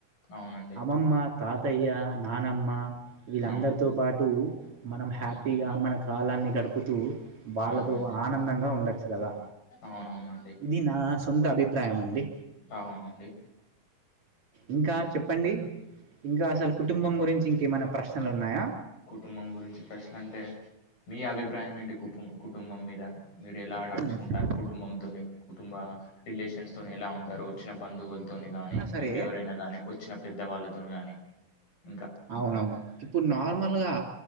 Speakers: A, on the left (about 70°); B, on the right (about 40°).
A: అవునండి
B: అమ్మమ్మ తాతయ్య నానమ్మ వీళ్ళందరితో
A: అవునండి
B: పాటు మనం హ్యాపీగా
A: ఉమ్,
B: మన కాలాన్ని గడుపుతూ వాళ్ళతో
A: అవునండి
B: ఆనందంగా ఉండచ్చు కదా
A: అవునవునండి
B: ఇది నా సొంత అభిప్రాయం అండి
A: అవునండి
B: ఇంకా చెప్పండి
A: ఇంకా
B: ఇంకా అసలు కుటుంబం గురించి ఇంకేమైనా ప్రశ్నలు ఉన్నాయా
A: కుటుంబం గురించి ప్రశ్నలంటే మీ అభిప్రాయం ఏంటి కుటుంబం మీద మీరెలా నడుచుకుంటారు
B: ఉన్నా
A: కుటుంబంతోని కుటుంబ రిలేషన్స్ తోని ఎలా ఉంటరు వచ్చిన బంధువులతోని గాని
B: సరే
A: ఇంకెవరైనా గాని వచ్చిన పెద్దవాళ్ళతో గాని ఇంకా
B: అవునవును ఇప్పుడు నార్మల్గా
A: ఉమ్